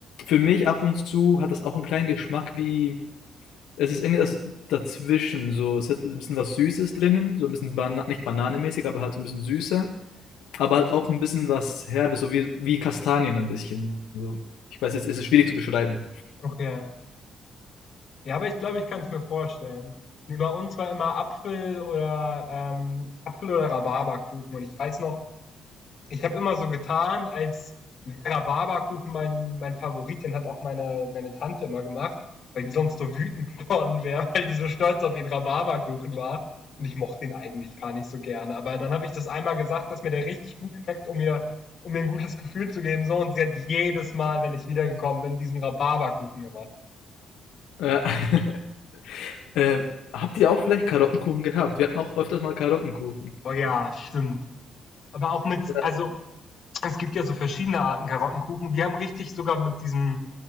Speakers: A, on the left; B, on the left.
A: für mich ab und zu hat das auch einen kleinen Geschmack wie es ist irgendwas dazwischen so. Es hat ein bisschen was Süßes drinnen, so ein bisschen Bana nicht bananenmäßig, aber halt so ein bisschen süßer, aber halt auch ein bisschen was Herbes, so wie wie Kastanien ein bisschen so. Ich weiß jetzt, es ist schwierig zu beschreiben.
B: Okay. Ja, aber ich glaube, ich kann es mir vorstellen. Nee, bei uns war immer Apfel oder ähm, Apfel oder Rhabarberkuchen und ich weiß noch Ich habe immer so getan, als Vera Barberkuchen mein, mein Favorit, den hat auch meine, meine Tante immer gemacht, weil die sonst so wütend <laughs> geworden wäre, weil die so stolz auf ihren Rhabarberkuchen war. Und ich mochte den eigentlich gar nicht so gerne. Aber dann habe ich das einmal gesagt, dass mir der richtig gut schmeckt, um mir, um mir ein gutes Gefühl zu geben. So, und sie hat jedes Mal, wenn ich wiedergekommen bin, diesen Rhabarberkuchen gemacht.
A: Ja. <laughs> Ähm, habt ihr auch vielleicht Karottenkuchen gehabt? Wir hatten auch öfters mal Karottenkuchen.
B: Oh ja, stimmt. Aber auch mit,
A: Ja.
B: also es gibt ja so verschiedene Arten Karottenkuchen. Wir haben richtig sogar mit diesem